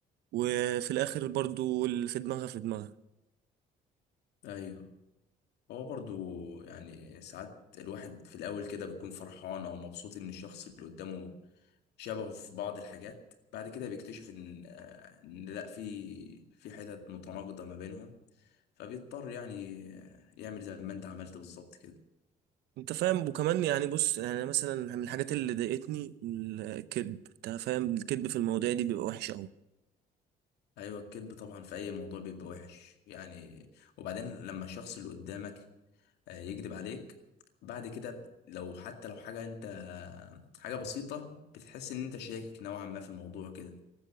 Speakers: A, on the right; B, on the left.
A: وفي الاخر برضو اللي في دماغها في دماغها
B: ايوه هو برضه يعني ساعات الواحد في الاول كده بيكون فرحان او مبسوط ان الشخص اللي قدامه شبهه في بعض الحاجات بعد كده بيكتشف ان آه، ان لا في في حتت متناقضة ما بينهم فبيضطر يعني يعمل زي ما انت عملت بالظبط كده
A: انت فاهم وكمان يعني بص يعني مثلا من الحاجات اللي ضايقتني الكذب انت فاهم الكذب في المواضيع دي بيبقى وحش قوي
B: ايوه الكذب طبعا في اي موضوع بيبقى وحش يعني وبعدين لما الشخص اللي قدامك آه، يكذب عليك بعد كده لو حتى لو حاجه انت حاجه بسيطه بتحس ان انت شاكك نوعا ما في الموضوع كده